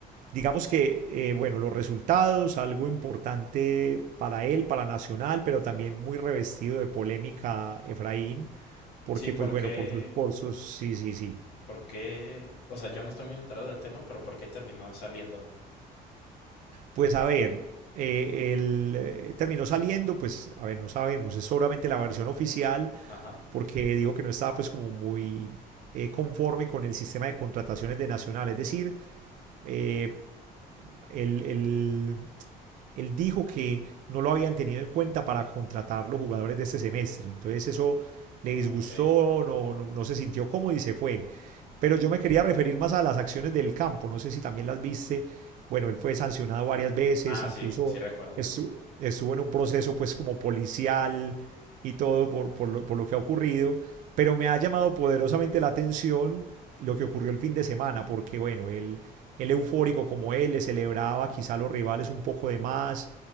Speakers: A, on the right (about 55°); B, on the left (about 80°).
A: digamos que, eh, bueno, los resultados, algo importante para él, para Nacional, pero también muy revestido de polémica Efraín, porque
B: Sí, porque,
A: pues bueno, por sus, por sus, sí, sí, sí,
B: porque, o sea, yo no estoy muy enterado del tema, pero ¿por qué terminó saliendo?
A: Pues a ver, eh, él eh, terminó saliendo, pues a ver, no sabemos, es solamente la versión oficial
B: Ajá,
A: porque dijo que no estaba pues como muy eh, conforme con el sistema de contrataciones de Nacional, es decir, eh, el, el él dijo que no lo habían tenido en cuenta para contratar los jugadores de este semestre. Entonces eso
B: ah,
A: le disgustó,
B: ok.
A: no, no, no se sintió cómodo y se fue. Pero yo me quería referir más a las acciones del campo, no sé si también las viste. Bueno, él fue sancionado varias veces,
B: Ah,
A: incluso
B: sí, sí recuerdo.
A: estu- estuvo, en un proceso pues como policial y todo por, por lo, por lo que ha ocurrido. Pero me ha llamado poderosamente la atención lo que ocurrió el fin de semana, porque bueno, él él eufórico como él, le celebraba quizá a los rivales un poco de más